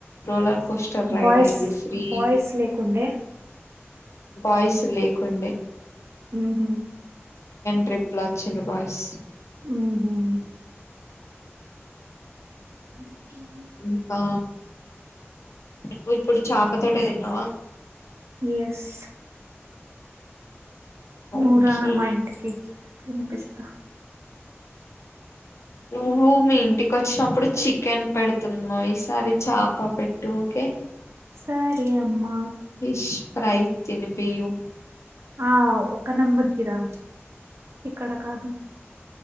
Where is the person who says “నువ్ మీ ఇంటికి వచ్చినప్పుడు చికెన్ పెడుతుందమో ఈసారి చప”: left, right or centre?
Left